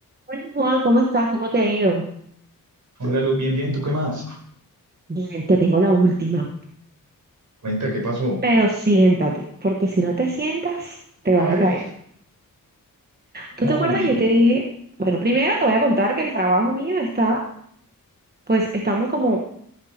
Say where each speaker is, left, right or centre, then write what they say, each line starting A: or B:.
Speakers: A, on the right (about 30°); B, on the right (about 60°).
A: Hola Juan, ¿cómo estás? ¿Cómo te ha ido?
B: Hola Luz, bien, bien, ¿tú qué más?
A: Bien, te tengo la última.
B: Cuenta, ¿qué pasó?
A: Pero siéntate, porque si no te sientas, te vas
B: A ver,
A: a caer. ¿Tú
B: no
A: te acuerdas?
B: me ubico.
A: Yo te dije, bueno, primero te voy a contar que el trabajo mío está, pues estamos como